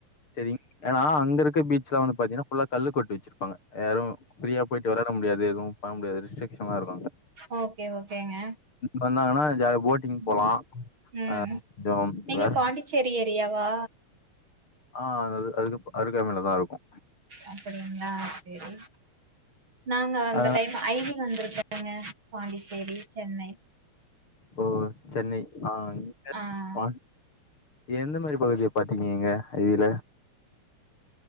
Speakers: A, on the left (about 45°); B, on the right (about 40°).
A: சேரிங்க ஏன்னா அங்க இருக்க சில வங்க பாத்தீங்கன்னா ஃபுல்லா கல்லு கொட்டி வச்சிருபாங்க யாரு ஃப்ரீயா போய்ட்டு வெளையாடா முடியாது ஏதுவு பண்ண முடியாது ரி்ட்க்ஷானாருக்கு
B: ஓகே ஓகேங்க
A: வந்தாங்கன்னா ஜாலி போ போலா
B: ம் ம்
A: ஆ கொஞ்சோ
B: நீங்க
A: வேற
B: பாண்டிச்சேரி ஏரியாவா
A: ஆ அது அதுக்கு அருகாமைல தாருக்கு
B: அப்டிங்களா சேரி நாங்க அந்த
A: அ
B: டைம் ஐ வி ல வந்திருக்கேங்க பாண்டிச்சேரி சென்னை
A: ஓ சென்னை ஆ <inaudible>
B: ஆ
A: பாண் எந்த மாதிரி பகுதிய பாத்திருக்கீங்கங்க ஐர